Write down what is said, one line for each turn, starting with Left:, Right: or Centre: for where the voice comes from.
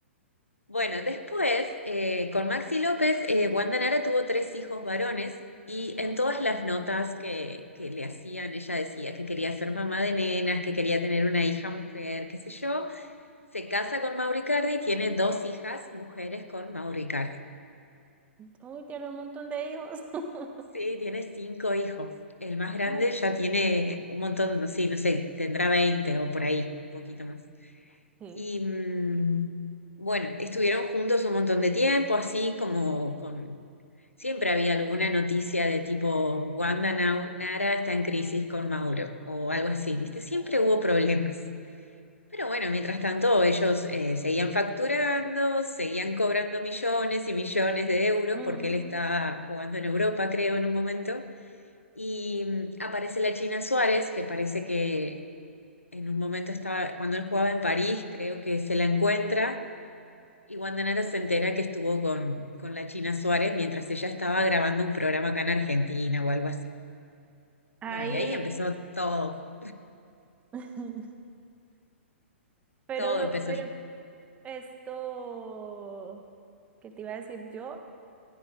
Left: Bueno, después, eh, con Maxi López, eh, Wanda Nara tuvo tres hijos varones y en
Right: Ujú.
Left: todas las notas que, que le hacían, ella decía que quería ser mamá de nenas, que quería tener una hija mujer, qué sé yo. Se casa con Mauricardi, tiene dos hijas mujeres con Mauricardi.
Right: Uy, tiene un montón de hijos. <laughs>
Left: Sí, tiene cinco hijos. El más grande
Right: Ay,
Left: ya tiene un montón, no sé, no sé, tendrá 20 o por ahí, un poquito más.
Right: sí.
Left: Y mm, bueno, estuvieron juntos un montón de tiempo, así como con... Siempre había alguna noticia de tipo, Wanda Nau- Nara está en crisis con Mauro o algo así, ¿viste? Siempre
Right: Ok.
Left: hubo problemas. Pero bueno, mientras tanto, ellos eh, seguían facturando, seguían cobrando millones y millones de euros
Right: Mm.
Left: porque él estaba jugando en Europa, creo, en un momento. Y mm, aparece la China Suárez, que parece que en un momento estaba, cuando él jugaba en París, creo que se la encuentra. Y Guandanara se entera que estuvo con, con la China Suárez mientras ella estaba grabando un programa acá en Argentina o algo así.
Right: Ahí,
Left: Bueno, y ahí empezó todo,
Right: <laughs> pero,
Left: todo empezó
Right: pero esto, ¿qué te iba a decir yo?